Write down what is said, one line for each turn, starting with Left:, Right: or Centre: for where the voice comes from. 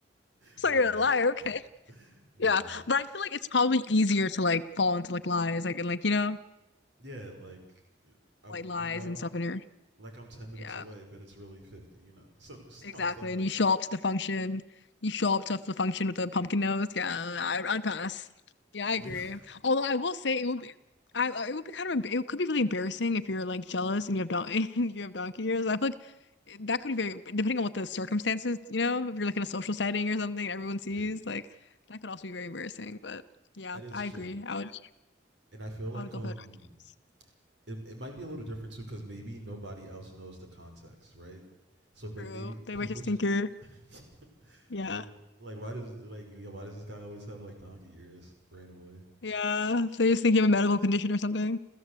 Left: So
Right: no,
Left: you're
Right: no,
Left: a liar, okay.
Right: no. <laughs> nah,
Left: Yeah. But I feel like it's probably easier to like fall into like lies, like and like, you know,
Right: yeah, like I, w-
Left: white lies
Right: you know,
Left: and stuff in your
Right: like I'm ten minutes
Left: yeah.
Right: away, but it's really fifty. You know, so small
Left: Exactly.
Right: stuff like
Left: And you show
Right: that.
Left: up to the function.
Right: <laughs>
Left: You show up to the function with a pumpkin nose. Yeah, I, I'd pass. Yeah, I
Right: Yeah.
Left: agree. Although I will say it would be, I I- it would be kind of emb- it could be really embarrassing if you're like jealous and you have don <laughs> and you have donkey ears. I feel like that could be very depending on what the circumstances. You know, if you're like in a social setting or something, everyone sees
Right: Yeah,
Left: like that could also be very embarrassing. But yeah,
Right: that is
Left: I
Right: true.
Left: agree. I would
Right: And I feel like
Left: I would go
Right: um
Left: for the donkey ears.
Right: it, it might be a little different too because maybe nobody else knows the context, right? So, but
Left: True.
Right: maybe
Left: They
Right: people
Left: might just
Right: just
Left: think you're
Right: <laughs> it's
Left: yeah
Right: like like why does like yeah why does this guy always have like donkey ears randomly?
Left: yeah. They just think you have a medical condition or something.